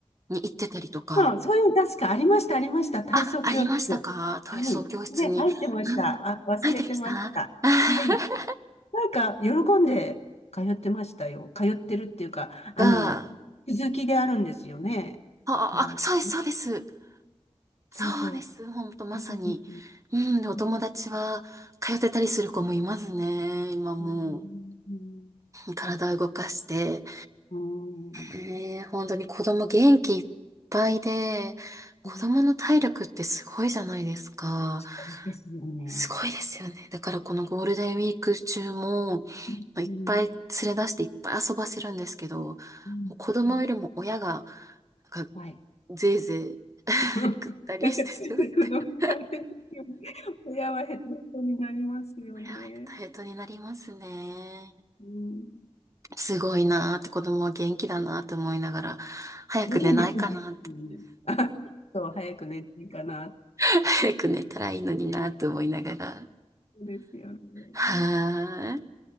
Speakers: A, on the right; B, on the left.
A: に行ってたりとか、
B: そう、そういうの確かありました、ありました。体操教室。
A: あ、ありましたか体操教室に。
B: はい。で、入ってました。
A: うん。
B: あ、忘れてました。
A: 入ってました <laughs>
B: はい。なんか、喜んで通ってましたよ。通ってるっていうか、あの、
A: が、
B: 続きであるんですよね。
A: あ、
B: あの、
A: あ、そうです、
B: ね
A: そうです。
B: そうそ
A: そうです。ほんと、まさに。
B: う。うんうん
A: うん。で、お友達は、
B: うん
A: 通ってたりする子もいますね、今もう。
B: うん
A: 体を動かして、
B: うん
A: ねえ、本当に子供元気いっぱいで、子供の体力ってすごいじゃないですか。
B: うんすごいですよね。
A: すごいですよね。だからこのゴールデンウィーク中も、ま
B: うん、
A: あいっぱい連れ出していっぱい遊ばせるんですけど、
B: う
A: も
B: ん、
A: う子供よりも親が、
B: うん。
A: なんか、
B: はい。
A: ぜいぜ
B: <laughs>
A: い <laughs> ぐったりしてしまって。
B: なんかついていくのが大変ですよね。
A: こ
B: 親はヘトヘトになりますよね。
A: れはヘトヘトになりますね。
B: うん。
A: すごいなーって子供は元気だなーって思いながら、早く寝ないかな
B: すごいね。るんですよね。<laughs> あ、そう、早く寝ていいかなっ
A: <laughs> 早く寝たらいいのになと思いながら。
B: て。そうですよね。
A: は